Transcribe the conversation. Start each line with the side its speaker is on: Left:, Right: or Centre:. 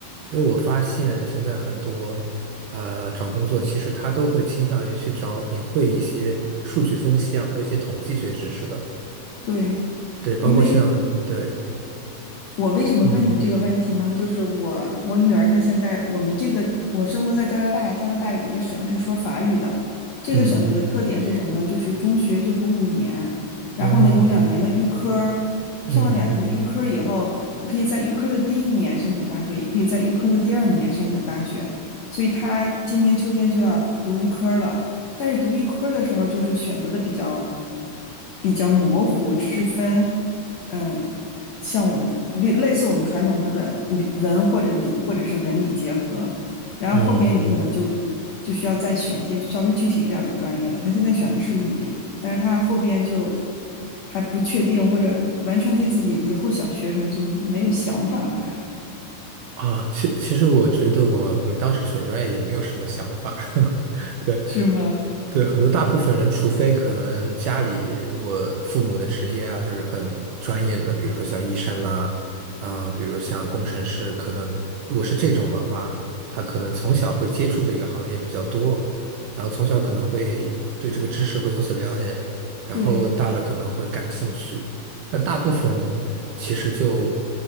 Right: 因为我发现现在很多，呃，找工作其实他都会倾向于去找你会一些数据分析啊，或者一些统计学知识的。
Left: 对，
Right: 对，包括像，
Left: 因为
Right: 对，
Left: 我为什么问你这个问题呢？
Right: 嗯
Left: 就是我我女儿她现在我们这个我生活在加拿大，加拿大有一个省是说法语的，这个省有个特点是什么呢？
Right: 嗯嗯，
Left: 就是中学就读五年，
Right: 哦，
Left: 然后呢有两年的预科
Right: 嗯
Left: 上了两年的预科以后，你可以在预科的第一年申请大学，也可以在预科的第二年申请大学，所以她今年秋天就要读预科了。但是读预科的时候，就是选择的比较比较模糊，只是分嗯像我们类类似我们传统上的理文或者理或者是文理结合，然后后边你可能就就需要再选一些稍微具体一点的专业了。
Right: 嗯
Left: 他现在选的是理，但是他后边就还不确定，或者完全对自己以后想学什么就没有想法呢，还
Right: 啊，其其实我觉得我们当时选专业也没有什么想法，<laughs> 对。
Left: 是吗？
Right: 对，很多大部分人，除非可能家里如果父母的职业啊，就是很专业的，比如说像医生啦，嗯、比如像工程师，可能如果是这种的话，他可能从小会接触这个行业比较多，然后从小可能会对这个知识会有所了解，然后大了可能会感兴趣，
Left: 对，
Right: 但大部分其实就